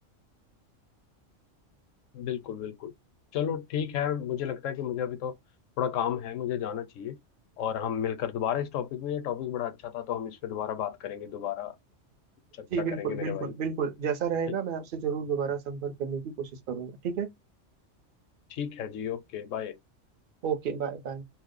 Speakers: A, on the left; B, on the right.
A: बिल्कुल बिल्कुल चलो ठीक है मुझे लगता है कि मुझे अभी तो थोड़ा काम है मुझे जाना चाहिए और हम मिलकर दोबारा इस टॉपिक में ये टॉपिक बड़ा अच्छा था तो हम इस पे दोबारा बात करेंगे दोबारा चर्चा
B: जी
A: करेंगे
B: बिल्कुल
A: मेरे
B: बिल्कुल
A: भाई
B: बिल्कुल जैसा रहेगा
A: ठीक
B: मैं आपसे जरूर दोबारा संपर्क करने की कोशिश करूंगा ठीक है
A: ठीक है जी ओके बाय
B: Okay bye bye